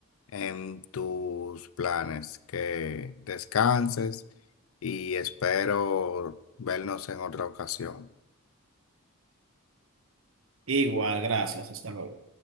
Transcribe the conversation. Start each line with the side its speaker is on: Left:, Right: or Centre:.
Left: en tus planes. Que descanses y espero vernos en otra ocasión.
Right: Igual, gracias. Hasta luego.